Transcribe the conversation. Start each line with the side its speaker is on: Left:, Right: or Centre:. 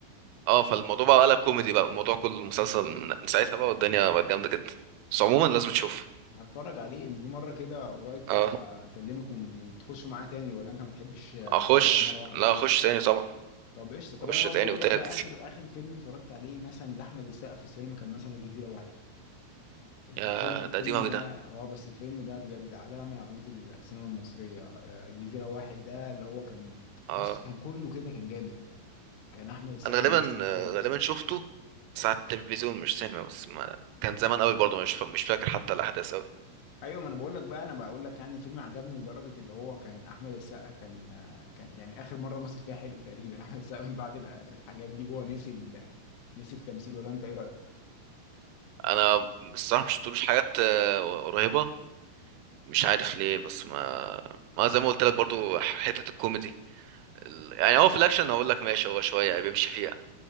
Right: اه فالموضوع بقى قلب كوميدي بقى الموضوع كله مسلسل من من ساعتها بقى والدنيا بقت جامدة جدا بس عموما
Left: آه،
Right: لازم تشوف
Left: هتفرج عليه في مره كده قريب
Right: اه
Left: كده ابقى اكلمك ون- وتخش معاه تاني ولا انت ما بتحبش آه،
Right: اخش
Left: تتفرج عليه مره واحده
Right: لا
Left: تاني
Right: اخش تاني طبعا
Left: طب قشطه طب
Right: اخش
Left: انا برضه
Right: تاني
Left: اقول
Right: وتالت
Left: لك بقى اخر اخر فيلم اتفرجت عليه مثلا لاحمد السقا في السينما كان مثلا الجزيره واحد ال-
Right: يا
Left: الفيلم الفيلم
Right: ده قديم اوي
Left: ده
Right: ده
Left: اه بس الفيلم ده بجد علامة من علامات السينما المصرية آه، جزيرة واحد ده اللي هو كان بص
Right: اه
Left: كان كله كده كان جامد كان احمد السقا
Right: انا
Left: بيمثل
Right: غالبا آه،
Left: حلو
Right: غالبا شفته ساعة التلفزيون مش سينما بس ما كان زمان قوي برضه مش فا- مش فاكر حتى الاحداث قوي
Left: ايوه ما انا بقول لك بقى انا بقول لك يعني الفيلم عجبني لدرجة اللي هو كان احمد السقا كان آه، كان يعني اخر مرة مثل فيها حلو تقريبا <laughs> احمد السقا من بعد ال- الحاجات دي هو نسي ال- نسي التمثيل ولا انت ايه رأيك؟
Right: انا الصراحة مش شفتلوش حاجات آه، قريبة مش عارف ليه بس ما ما زي ما قلت لك برضه حتة الكوميدي ال- يعني هو في الاكشن هقول لك ماشي هو شوية بيمشي فيه